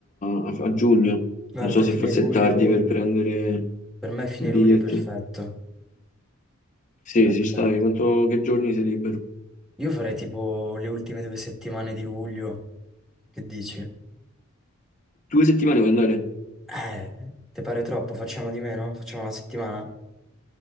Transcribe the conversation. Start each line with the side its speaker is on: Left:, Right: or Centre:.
Left: a- a giugno.
Centre: Guarda,
Left: Non so se
Centre: fine
Left: forse
Centre: luglio,
Left: è tardi per prendere
Centre: per me fine
Left: i biglietti.
Centre: luglio è perfetto.
Left: Sì,
Centre: Perfetto.
Left: sì, stai. Quanto, che giorni sei libero?
Centre: Io farei tipo le ultime due settimane di luglio. Che dici?
Left: Due settimane puoi andare?
Centre: Eh, ti pare troppo? Facciamo di meno? Facciamo una settimana?